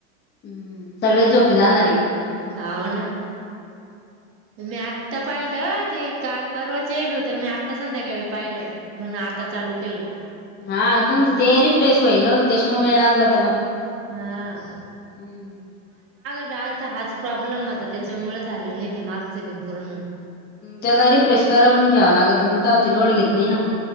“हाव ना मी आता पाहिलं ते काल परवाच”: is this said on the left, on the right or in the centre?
Right